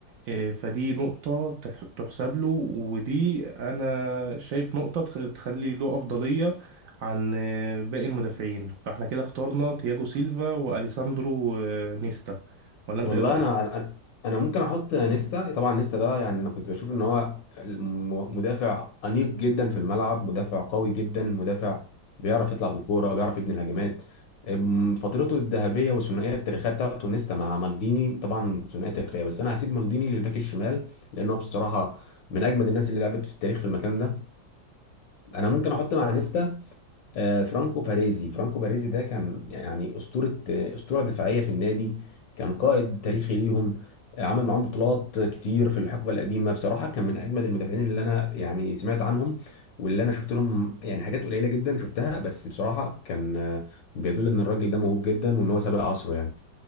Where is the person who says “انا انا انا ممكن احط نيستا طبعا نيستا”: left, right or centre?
Left